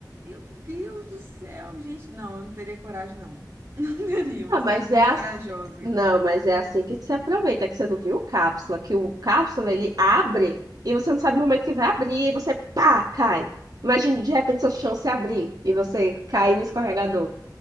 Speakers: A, on the right (about 30°); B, on the right (about 55°).
A: Meu Deus do céu, gente. Não, eu não teria coragem, não. <laughs> Não teria, Você
B: Ah, mas
A: é muito
B: é assim.
A: corajosa.
B: Não, mas é assim que se aproveita, que você não viu o cápsula, que o cápsula ele abre e você não sabe o momento que vai abrir e você pá, cai. Imagina, de repente seu chão se abrir e você cair no escorregador.